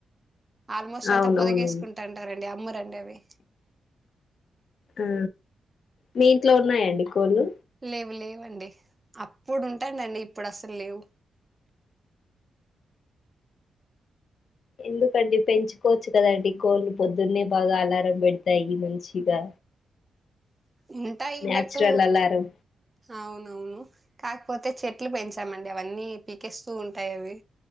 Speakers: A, on the right; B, on the left.
A: ఆల్మోస్ట్
B: అవునవునవును
A: అంతా పొదగేసుకుంటుంటారండి అమ్మరండి అవి
B: ఆ మీ ఇంట్లో ఉన్నాయాండి కోళ్ళు
A: లేవు లేవండి అప్పుడు ఉంటాడండి ఇప్పుడు అసలు లేవు
B: ఎందుకండి పెంచుకోవచ్చు కదండి కోళ్లు పొద్దున్నే బాగా అలారం పెడతాయి మంచిగా
A: ఉంటాయి
B: న్యాచురల్
A: బట్
B: అలారం
A: అవునవును కాకపోతే చెట్లు పెంచామండి అవన్నీ పీకేస్తూ ఉంటాయి అవి